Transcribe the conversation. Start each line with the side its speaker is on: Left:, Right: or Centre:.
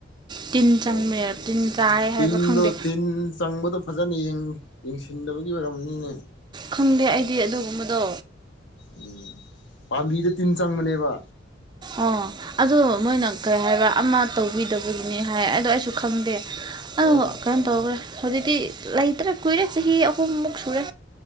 Right: ꯇꯤꯟ ꯆꯪꯃꯦ
Left: ꯑꯣ
Right: ꯇꯤꯟ ꯆꯥꯏ ꯍꯥꯏꯕ
Left: ꯇꯤꯟꯗꯣ
Right: ꯈꯪꯗꯦ
Left: ꯇꯤꯟ ꯆꯪꯕꯗꯣ ꯐꯖꯅ ꯌꯦꯡꯁꯤꯟꯗꯕꯒꯤ ꯑꯣꯏꯔꯝꯅꯤꯅꯦ
Right: ꯈꯪꯗꯦ ꯑꯩꯗꯤ ꯑꯗꯨꯒꯨꯝꯕꯗꯣ
Left: ꯎꯝ ꯄꯥꯝꯕꯤꯗ ꯇꯤꯟ ꯆꯪꯕꯅꯦꯕ
Right: ꯑ ꯑꯗꯣ ꯃꯣꯏꯅ ꯀꯔꯤ ꯍꯥꯏꯕ ꯑꯃ ꯇꯧꯕꯤꯗꯕꯒꯤꯅꯦ ꯍꯥꯏ ꯑꯗꯣ ꯑꯩꯁꯨ ꯈꯪꯗꯦ ꯑꯗꯣ
Left: ꯍꯣꯏ
Right: ꯀꯩꯅꯣ
Left: ꯍꯣꯏ
Right: ꯇꯧꯈ꯭ꯔꯦ ꯍꯧꯖꯤꯛꯇꯤ ꯂꯩꯇ꯭ꯔꯦ ꯀꯨꯏꯔꯦ ꯆꯍꯤ ꯑꯍꯨꯝꯃꯨꯛ ꯁꯨꯔꯦ